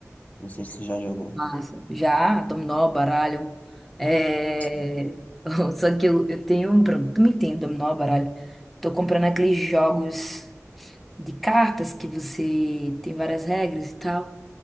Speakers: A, on the left; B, in the centre.
A: Não sei se já jogou.
B: Massa. Já, dominó, baralho. É...
A: Sim.
B: <laughs> Só que eu, eu tenho um problema. Tu me entende, dominó, baralho. Tô comprando aqueles jogos de cartas que você tem várias regras e tal.